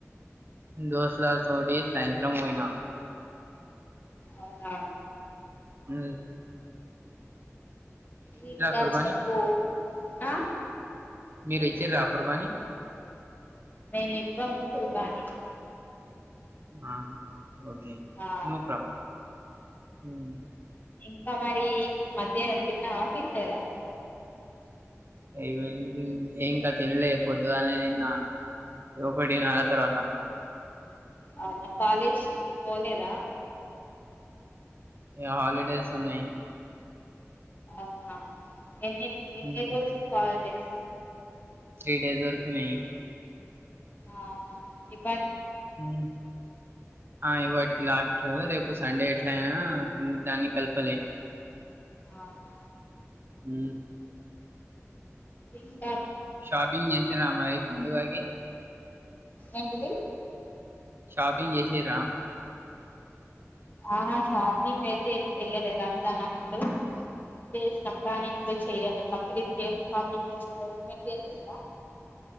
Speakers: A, on the right; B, on the left.
A: దోస్తుల తోటి సాయంత్రం పోయినా
B: అవునా
A: మ్
B: ఇంకా
A: కుర్బానీ
B: చెప్పు ఆ
A: మీరిచ్చిర్ర ఆ కుర్బానీ
B: మేమివ్వం కుర్బానీ
A: ఆహా ఓకే
B: ఆ
A: నో ప్రాబ్లమ్ హమ్
B: ఇంకా మరీ ఇప్పుడు మధ్యాహ్నం తిన్నావా తినలేదా
A: అయిపోం ఏ ఇంకా తినలే పొద్దుగాలనే తిన్నా ఒకటిన్నర తర్వాత
B: అవునా కాలేజ్ కి పోలేదా
A: యా హాలిడేస్ ఉన్నాయ్
B: అవునా ఎన్ని ఎన్ని
A: హ్మ్.
B: రోజులు హాలిడేస్
A: త్రీ డేస్ వరకి నేన్
B: ఆహా ఇ బ
A: ఊ ఆన్ని ఇవాటి లాస్ట్ రేపు సండే ఎట్లా అయినా దాన్ని కలపాలి
B: ఆహా
A: ఊ
B: ఎం
A: షాపింగ్ చేసారా మరి పండుగకి
B: ఎంటిది
A: షాపింగ్ చేసే రా
B: ఆ షాపింగ్ అయితే ఏం చెయలేందానప్పుడు చేసినాం కానీ, ఇప్పుడు చెయ్యలే. బక్రీద్ కి ఏం షాపింగ్ చేస్తరు మీరు చేసిండ్ర.